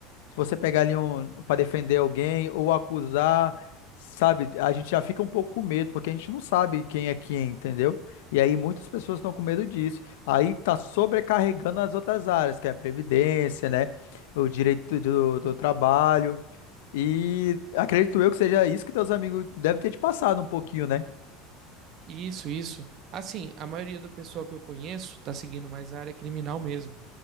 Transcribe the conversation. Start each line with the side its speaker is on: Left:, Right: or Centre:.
Left: se você pegar ali um, para defender alguém ou acusar, sabe? A gente já fica um pouco com medo, porque a gente não sabe quem é quem, entendeu? E aí muitas pessoas estão com medo disso. Aí tá sobrecarregando as outras áreas, que é a previdência, né? O direito do, do trabalho. E acredito eu que seja isso que teus amigos devem ter te passado um pouquinho, né?
Right: Isso, isso. Assim, a maioria do pessoal que eu conheço tá seguindo mais a área criminal mesmo.